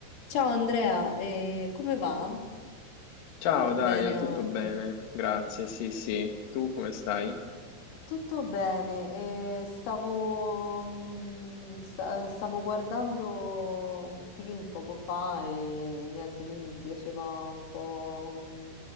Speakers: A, on the left; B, on the left.
A: Ciao Andrea, eh, come va?
B: Ciao
A: Tutto
B: Dalia,
A: bene
B: tutto
A: oggi?
B: bene? Grazie, sì sì. Tu come stai?
A: Tutto bene, e stavo, mm, sta- stavo guardando un film poco fa e niente, quindi mi piaceva un po' mm,